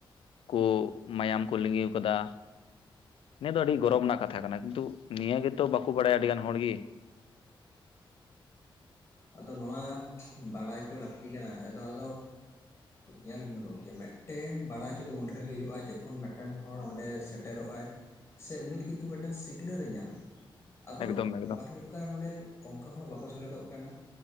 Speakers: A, on the left; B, on the left.
A: ᱠᱩ ᱢᱟᱭᱟᱢ ᱠᱚ ᱞᱤᱸᱜᱤ ᱟᱠᱟᱫᱟ ᱾ ᱱᱤᱭᱟᱹ ᱫᱚ ᱟᱹᱰᱤ ᱜᱚᱨᱚᱵᱽ ᱨᱮᱱᱟᱜ ᱠᱟᱛᱷᱟ ᱠᱟᱱᱟ ᱠᱤᱱᱛᱩ ᱱᱤᱭᱟᱹ ᱜᱮᱛᱚ ᱵᱟᱠᱚ ᱵᱟᱲᱟᱭᱟ ᱟᱹᱰᱤᱜᱟᱱ ᱦᱚᱲᱜᱮ ᱾
B: ᱟᱫᱚ ᱱᱚᱣᱟ ᱵᱟᱲᱟᱭᱪᱚ ᱞᱟᱹᱠᱛᱤ ᱠᱟᱱᱟ, ᱟᱫᱚ ᱟᱫᱚ ᱧᱮᱞ ᱵᱤᱱ ᱜᱚᱢᱠᱮ ᱢᱮᱫ ᱢᱤᱫᱴᱮᱱ ᱵᱟᱲᱟᱭ ᱦᱚᱪᱚ ᱫᱚ ᱩᱱᱨᱮ ᱦᱩᱭᱩᱜᱼᱟ ᱡᱚᱠᱷᱚᱱ ᱢᱤᱫᱴᱮᱱ ᱦᱚᱲ ᱚᱸᱰᱮ ᱥᱮᱴᱮᱨᱚᱜ ᱟᱭ ᱥᱮ ᱩᱱᱤ ᱠᱤᱱᱛᱩ ᱢᱤᱫᱴᱟᱝ ᱥᱤᱠᱷᱱᱟᱹᱛ ᱮ ᱧᱟᱢᱟ ᱾ ᱟᱫᱚ
A: ᱮᱠᱫᱚᱢ ᱮᱠᱫᱚᱢ
B: ᱵᱮᱯᱟᱨ ᱦᱩᱭᱩᱜ ᱠᱟᱱᱟ ᱱᱚᱰᱮ ᱚᱱᱠᱟ ᱦᱚᱲ ᱵᱟᱠᱚ ᱥᱮᱞᱮᱫᱚᱜ ᱠᱟᱱᱟ ᱾